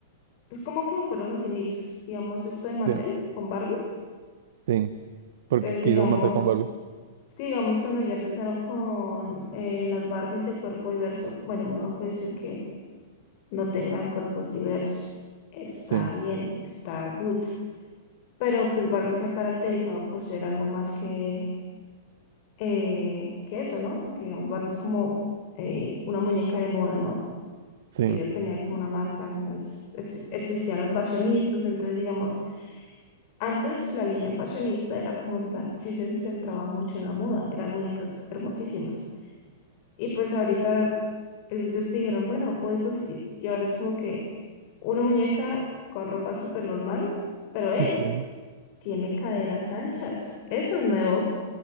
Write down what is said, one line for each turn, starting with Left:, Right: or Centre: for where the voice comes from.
Left: es como que fueron los inicios. Digamos, esto de Mattel
Right: Sí,
Left: con Barbie.
Right: sí. Porque
Left: Entonces,
Right: quiso
Left: digamos,
Right: mantener con Barbie.
Left: es que digamos cuando ya empezaron con eh, las Barbies de cuerpo diverso, bueno, uno puede decir que no tengan cuerpos diversos. Está
Right: Sí,
Left: bien, está good. Pero pues Barbie se ha caracterizado por ser algo más que, eh, que eso, ¿no? Porque digamos, Barbie es como eh, una muñeca de moda, ¿no?
Right: sí,
Left: que yo tenía como una marca, entonces ex- existían las fashionistas, entonces digamos, antes la línea fashionista era como en plan, sí se centraba mucho en la moda, eran muñecas hermosísimas. Y pues ahorita el- ellos dijeron, bueno, body positive, y ahora es como que una muñeca con ropa súper normal, pero hey,
Right: sí.
Left: tiene caderas anchas, eso es nuevo